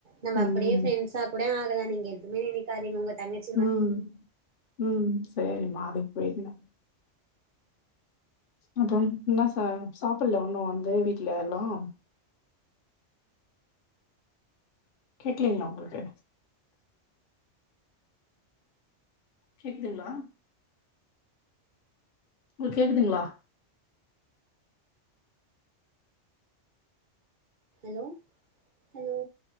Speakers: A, on the right (about 50°); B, on the left (about 55°).
A: நம்ம
B: ம்
A: அப்படியே ஃப்ரெண்ட்ஸா கூட ஆகலாம் நீங்க எதுவ்மே நெனை காதிங்க ஒங்க தங்கச்
B: ம் ம் சேரி மாடிக்கு போயிருந்த அப்றோம் என்ன ச சாப்பல்ல ஒண்ணும் வந்து வீட்டுல இன்னும் கேக்கலைங்களா ஒங்களுக்கு கேக்குதுங்களா உங்களுக் கேக்குதுங்களா
A: ஹலோ ஹலோ